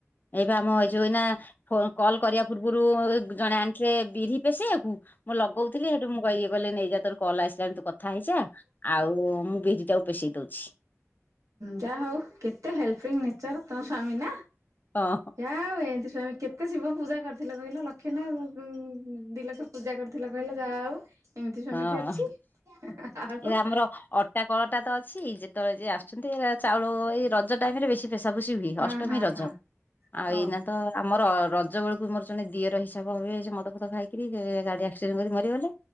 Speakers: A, on the left (about 35°); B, on the right (about 80°).
A: ଏଇ ବା ଆମ ଏଇ ଯୋଉନା ଫୋନ୍ କଲ କରିବା ପୂର୍ବରୁ ଜଣେ ଆଣିଥିଲେ ବିରି ପେଶିଆକୁ ମୁଁ ଲଗଉଥିଲି ହେଠୁ ମୁଁ କହି ଇଏ କହିଲେ ନେଇଯା ତୋର କଲ୍ ଆସିଲାଣି ତୁ କଥା ହେଇଯା ଆଉ ମୁଁ ବିରିଟାକୁ ପେଷେଇ ଦଉଛି।
B: ଯାହା ହଉ କେତେ ହେଲ୍ପିଙ୍ଗ ନେଚର ତମ ସ୍ଵାମୀ ନା।
A: ହଁ
B: ଯାହା ହୋଉ ଏମିତି ସ୍ବାମୀ କେତେ ଶିବ ପୂଜା କରିଥିଲ କହିଲ ଲକ୍ଷେ ନା ଉ ଦି ଲକ୍ଷ ପୂଜା କରିଥିଲ କହିଲ ଯାହା ହଉ ଏମିତି ସ୍ବାମୀ
A: ହଁ
B: କିଏ ଅଛି? ଆଉ
A: ଏ ଆମର ଅଟା କଳଟା ତ ଅଛି ଯେତେବେଳେ ଯିଏ ଆସୁଛନ୍ତି ଚାଉଳ ଏଇ ରଜ ଟାଇମରେ ବେଶୀ ପେଶା ପେଶି ହୁଏ
B: ହଁ
A: ଅଷ୍ଟମୀ,
B: ହଁ
A: ରଜ
B: ହଁ
A: ଆଉ
B: ଓହୋ
A: ଏଇନା ତ ଆମର ରଜ ବେଳକୁ ମୋର ଜଣେ ଦିଅର ହିସାବ ହେବେ ସେ ମଦ ଫଦ ଖାଇକିରି ଗାଡ଼ି ଆକ୍ସିଡ଼େଣ୍ଟ କରି ମରିଗଲେ